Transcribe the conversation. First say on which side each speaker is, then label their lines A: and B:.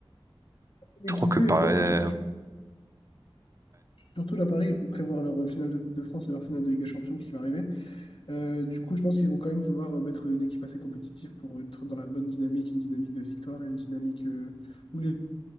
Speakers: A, on the left (about 65°); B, on the right (about 35°).
A: L'équipe
B: je crois que
A: B
B: Paris...
A: est forte et surtout, surtout la Paris, ils vont prévoir leur finale de Coupe de France et leur finale de Ligue des Champions qui va arriver. Euh, du coup, je pense qu'ils vont quand même vouloir euh, mettre une équipe assez compétitive pour être dans la bonne dynamique, une dynamique de victoire et une dynamique euh, où les